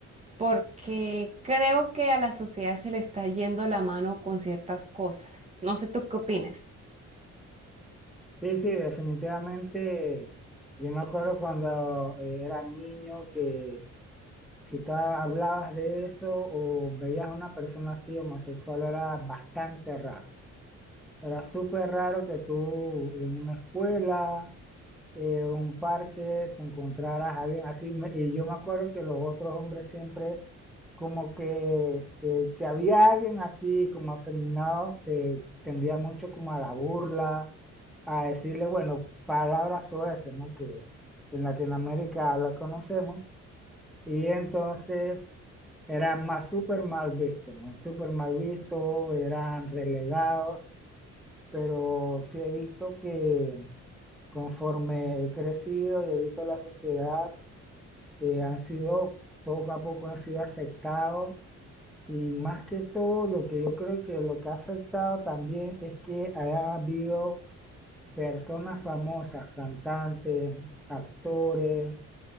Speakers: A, on the right; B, in the centre.
A: porque creo que a la sociedad se le está yendo la mano con ciertas cosas. No sé tú qué opinas.
B: Sí, sí, definitivamente. Yo me acuerdo cuando eh, era niño que si tú hablabas de eso o veías a una persona así homosexual era bastante raro. Era súper raro que tú en una escuela eh, un parque, te encontraras a alguien así. Me- Y yo me acuerdo que los otros hombres siempre, como que eh, si había alguien así, como afeminado, se tendía mucho como a la burla, a decirle, bueno, palabras soeces, ¿no? Que en Latinoamérica la conocemos. Y entonces eran más súper mal vistos, ¿no? Súper mal vistos, eran relegados, pero sí he visto que Conforme he crecido y he visto la sociedad, eh, han sido, poco a poco han sido aceptados y más que todo lo que yo creo que lo que ha afectado también es que haya habido personas famosas, cantantes, actores